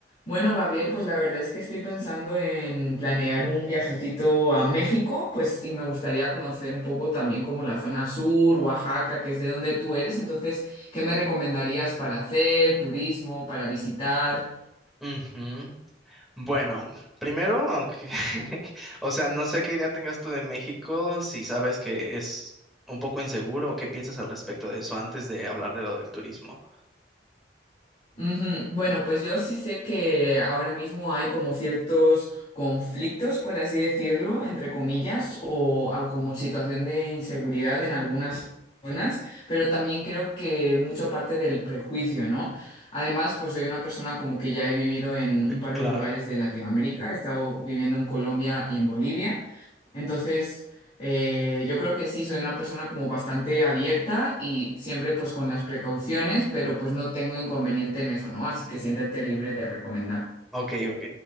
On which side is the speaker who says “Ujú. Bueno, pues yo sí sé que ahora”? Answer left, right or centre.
Left